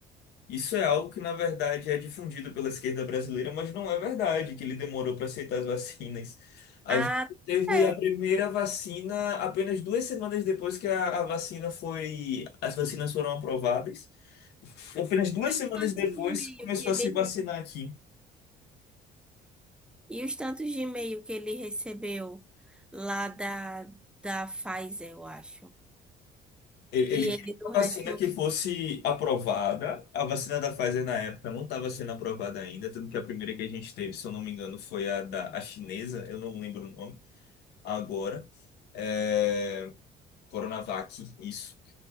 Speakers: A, on the left; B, in the centre.
A: isso é algo que, na verdade, é difundido pela esquerda brasileira, mas não é verdade que ele demorou para aceitar as vacinas. A
B: Ah,
A: gente teve
B: é.
A: a primeira vacina apenas duas semanas depois que a, a vacina foi, as vacinas foram aprovadas. Apenas duas
B: E
A: semanas
B: os tantos
A: depois
B: de e-mail
A: começou
B: que ele
A: a se
B: recebeu?
A: vacinar aqui.
B: E os tantos de e-mail que ele recebeu lá da, da Pfizer, eu acho.
A: Ele,
B: E
A: ele queria
B: ele não
A: uma
B: respondeu.
A: vacina que fosse aprovada. A vacina da Pfizer na época não estava sendo aprovada ainda, tanto que a primeira que a gente teve, se eu não me engano, foi a da a chinesa, eu não lembro o nome agora. É, Coronavac, isso.